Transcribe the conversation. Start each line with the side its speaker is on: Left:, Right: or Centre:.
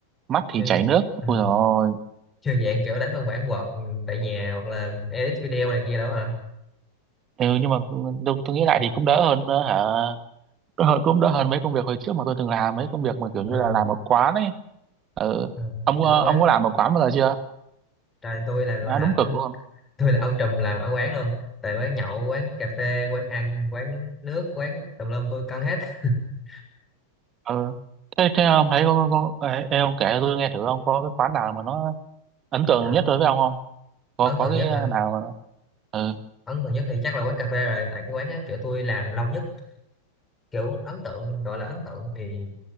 Right: Mắt thì
Left: như
Right: chảy nước Ôi
Left: à,
Right: dồi ôi
Left: như dạng kiểu đánh văn bản Word tại nhà hoặc là edit video này kia đó hả?
Right: ừ, Nhưng mà tôi, tôi nghĩ lại thì cũng đỡ hơn ờ, hả đỡ, hơn- Cũng đỡ hơn mấy công việc hồi trước mà tôi từng làm Mấy công việc mà kiểu như
Left: À,
Right: là làm ở quán ấy ừ.
Left: à,
Right: Ông
Left: kiểu
Right: có-
Left: như quán
Right: ông có làm ở quán bao giờ chưa
Left: trời tôi là gọi
Right: À
Left: là
Right: đúng cực
Left: ông
Right: luôn
Left: <laughs> tôi là ông trùm làm ở quán luôn. Tại quán nhậu, quán cà phê, quán ăn, quán nước, quán tùm lum tôi cân hết. <laughs>
Right: ừ. Thế, thế ông thấy có, có, ê, ê, ông kể tôi nghe thử ông có cái quán nào mà nó ấn tượng
Left: À,
Right: nhất đối với ông không có
Left: ấn tượng
Right: có cái
Left: nhất hả?
Right: nào mà- ừ
Left: Ấn tượng nhất thì chắc là quán cà phê rồi. Tại cái quán á, kiểu tôi làm lâu nhất, kiểu ấn tượng gọi là ấn tượng thì